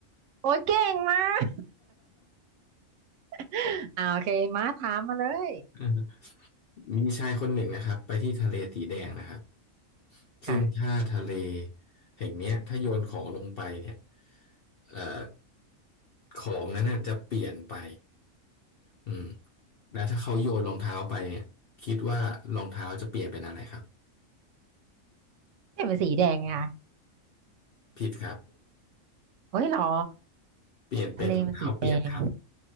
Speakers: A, on the right; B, on the left.
A: โอ้ยเก่งมาก <laughs> อ่าโอเคมาถามมาเลย
B: <laughs> มมีชายคนหนึ่งนะครับไปที่ทะเลสีแดงนะครับซึ่งถ้าทะเล
A: ค่ะ
B: แห่งเนี้ยถ้าโยนของลงไปเนี่ยเอ่อของนั้นน่ะจะเปลี่ยนไปอืมแล้วถ้าเขาโยนรองเท้าไปเนี่ยคิดว่ารองเท้าจะเปลี่ยนเป็นอะไรครับ
A: เนี่ยมันสีแดงไงคะ
B: ผิดครับ
A: โอ้ยเหรอ
B: เปลี่ยนเป็นรองเท้าเปียกครับ
A: ทะเลมันสีแดง